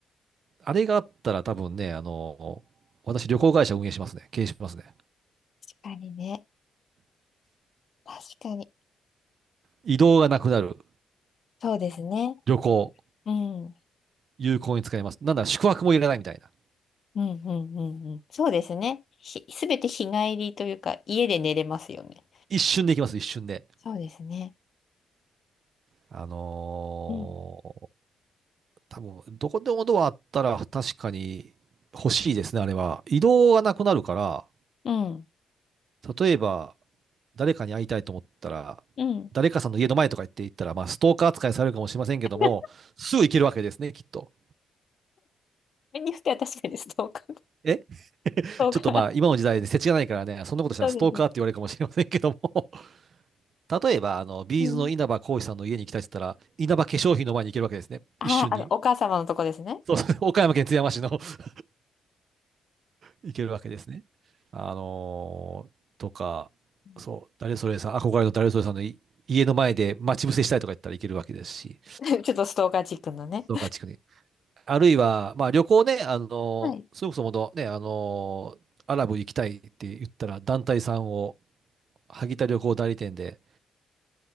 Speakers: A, on the right (about 55°); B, on the left (about 55°).
A: あれがあったら多分ね、あのー私旅行会社運営しますね。経営しますね。
B: 確かにね。確かに。
A: 移動がなくなる。
B: そうですね。
A: 旅行。
B: うん。うん、
A: 有効に使えます。なんだ、宿泊もいらないみたいな。
B: うん、うんうん。そうですね。ひ、すべて日帰りというか、家で寝れますよね。
A: 一瞬で行きます、一瞬で。
B: そうですね。
A: あのー
B: うん。
A: 多分、どこでもドアあったら確かに欲しいですね、あれは。移動がなくなるから、
B: うん。
A: 例えば、誰かに会いたいと思ったら、
B: うん。
A: 誰かさんの家の前とか行って行ったら、まあ、ストーカー扱いされるかもしれませんけども、
B: <laughs>
A: すぐ行けるわけですね、きっと。
B: 目にしては確かにストーカー。ス
A: え
B: トーカー。
A: ちょっとまあ、今の時代で世知がないからね、そんなことしたらストーカーって言われるかもしれませんけども、
B: そうです。
A: <laughs> 例えば、あの、ビーズの稲葉浩志さんの家に行きたいって言ったら、
B: うん。
A: 稲葉化粧品の前に行けるわけですね、
B: ああ、
A: 一瞬に。
B: あの、お母様のとこですね。
A: そうそう、岡山県津山市の <laughs> 行けるわけですね。あのーとか、
B: うん
A: そう、誰それさん、憧れの誰それさんのい家の前で待ち伏せしたいとか言ったら行けるわけですし、
B: <laughs> ちょっとストーカーチックのね。
A: ストーカー地区に。あるいは、まあ、旅行ね、あの、
B: はい。
A: それこそもとね、あの、アラブ行きたいって言ったら、団体さんを、萩田旅行代理店で、